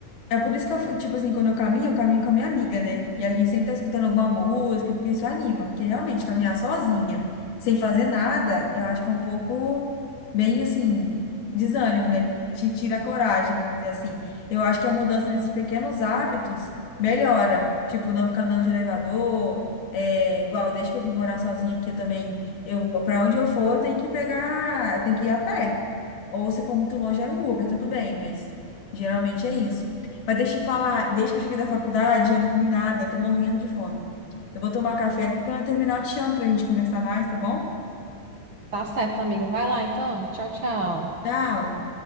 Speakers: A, on the left; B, on the right.
A: É por isso que eu, fa- tipo assim, quando eu caminho, eu caminho com a minha amiga, né? E a gente sempre tá escutando alguma música, porque isso anima. Porque realmente, caminhar sozinha, sem fazer nada, eu acho que é um pouco, bem assim, desânimo, né? Te tira a coragem, vamos dizer assim. Eu acho que a mudança nesses pequenos hábitos melhora. Tipo, não ficar andando de elevador. É, igual, desde que eu vim morar sozinha aqui eu também, eu, pra onde eu for, eu tenho que pegar, eu tenho que ir a pé. Ou se for muito longe, é um Uber, tudo bem, mas geralmente é isso. Mas deixa eu te falar, desde que eu cheguei da faculdade, eu não comi nada, eu tô morrendo de fome. Eu vou tomar café aqui, quando eu terminar eu te chamo pra gente conversar mais, tá bom?
B: Tá certo, amigo. Vai lá então. Tchau, tchau.
A: Tchau!